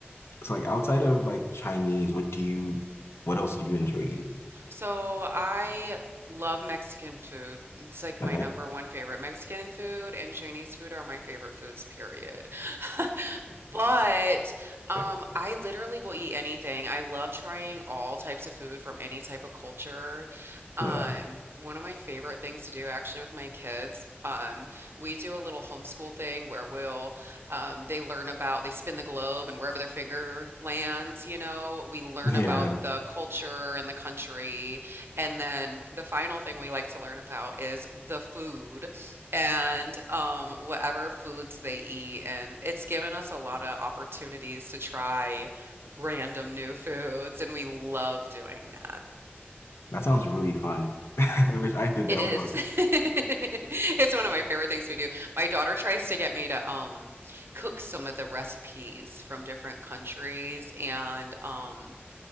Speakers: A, on the left; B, on the right.
A: So like outside of like Chinese, what do you, what else do you enjoy eating?
B: So I love Mexican food. It's like my
A: Okay.
B: number one favorite. Mexican food and Chinese food are my favorite foods, period. <laughs> But um,
A: Fair. <laughs>
B: I literally will eat anything. I love trying all types of food from any type of culture. Um,
A: Yeah.
B: one of my favorite things to do actually with my kids, um, we do a little homeschool thing where we'll um, they learn about, they spin the globe and wherever their finger lands, you know, we learn
A: Yeah.
B: about the culture and the country. And then the final thing we like to learn about is the food and um, whatever foods they eat. And it's given us a lot of opportunities to try random new foods, and we love doing that.
A: That sounds really fun. <laughs> I wish I did
B: It
A: that
B: is.
A: when I was a kid.
B: <laughs> It's one of my favorite things we do. My daughter tries to get me to um cook some of the recipes from different countries and um